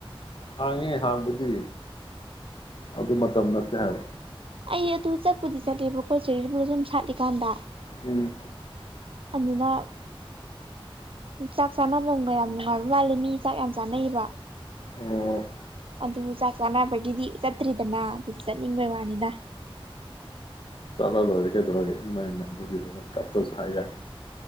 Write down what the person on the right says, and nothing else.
ꯑꯣ ꯑꯗꯨ ꯆꯠ ꯄꯨꯗꯤ ꯆꯠꯂꯦꯕꯀꯣ ꯆꯦꯔꯤ ꯕꯨꯜꯁꯨꯝ ꯁꯥꯠꯂꯤꯀꯥꯟꯗ
ꯑꯗꯨꯅ ꯆꯥꯛ ꯆꯥꯅꯕꯝꯒ ꯌꯥꯝ ꯅꯨꯡꯉꯥꯏꯕ ꯃꯥꯜꯂꯦ ꯃꯤ ꯆꯥꯛ ꯌꯥꯝ ꯆꯥꯅꯩꯌꯦꯕ
ꯑꯗꯨ ꯆꯥꯛ ꯆꯥꯅꯕꯒꯤꯗꯤ ꯆꯠꯇ꯭ꯔꯤꯗꯅ ꯑꯗꯨꯗ ꯆꯠꯅꯤꯡꯕꯩ ꯋꯥꯅꯤꯗ